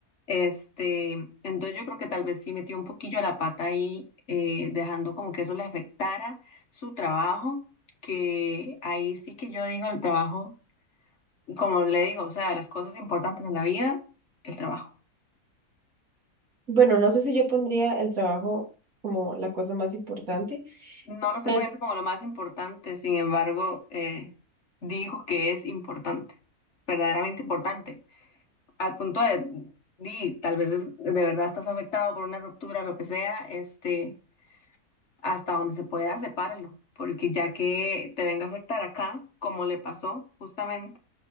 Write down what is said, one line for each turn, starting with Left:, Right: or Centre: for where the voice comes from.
Left: Este, entonces yo creo que tal vez sí metió un poquillo la pata ahí, eh, dejando como que eso le afectara su trabajo, que ahí sí que yo digo el trabajo, como le digo, o sea, las cosas importantes en la vida, el trabajo.
Right: Bueno, no sé si yo pondría el trabajo como la cosa más importante,
Left: No lo estoy
Right: pero
Left: poniendo como lo más importante, sin embargo, eh, dijo que es importante, verdaderamente importante. al punto de, di, tal vez es- de verdad estás afectado por una ruptura, lo que sea, este, hasta donde se pueda, sepáralo, porque ya que te venga a afectar acá, como le pasó justamente,